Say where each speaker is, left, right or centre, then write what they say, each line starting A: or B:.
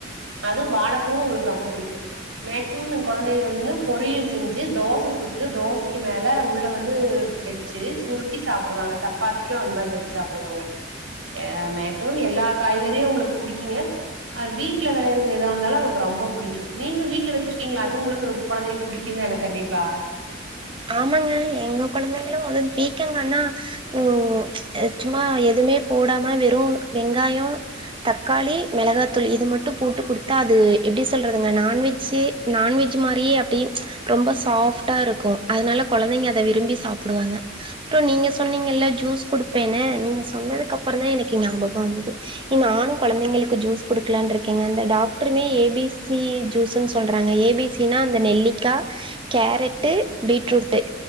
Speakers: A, on the right; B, on the right.
A: அதுவும் வாழ பூவும் எங்களுக்கு ரொம்ப பிடிக்கும் மேக்சிமம் என் குழந்தையும் வந்துங்க பொரியல் செஞ்சு தோசை சுட்டு தோசைக்கு மேல உள்ள வந்து வச்சு சுருட்டி சாப்டுவாங்க சப்பாத்திக்கும் அந்த மாரி வச்சு சாப்டுவாங்க அஹ் மேக்சிமம் எல்லா காய்கறியும் உங்களுக்கு புடிக்குங்க அது வீட்ல விளையிறது எதா இருந்தாலும் அவுங்களுக்கு ரொம்ப பிடிக்கும் நீங்க வீட்ல வச்சிருக்கீங்களா அது உங்களுக்கு ரொம் அப்ப கொழந்தைகள் புடிக்கும் தான கண்டிப்பா
B: ஆமாங்க எங்க கொழந்தைங்களும் அ பீ மித்தவுங்கன்னா உஹம் சும்மா எதுவுமே போடாம வெறும் வெங்காயம் தக்காளி மிளகாத்தூள் இது மட்டும் போட்டு குடுத்தா அது எப்படி சொல்றதுங்க நான்வெஜ்ஜி நான்வெஜ் பஞ்ச் மாதிரியே அப்படி ரொம்ப சாஃப்டா இருக்கும் அதனால குழந்தைங்க அத விரும்பி சாப்பிடுவாங்க அப்புறம் நீங்க சொன்னீங்கல்ல ஜூஸ் குடுப்பேன்னு நீங்க சொன் னதுக்கு அப்புறம் தான் எனக்கே ஞாபகம் வந்நது நானும் குழந்தைங்களுக்கு ஜூஸ் கொடுக்கலாம் இருக்கேங்க அந்த டாக்டருமே ஏபிசி ஜூஸ்ன்னு சொல்றாங்க ஏபிசினா அந்த நெல்லிக்கா கேரட்டு பீட்ரூட்டு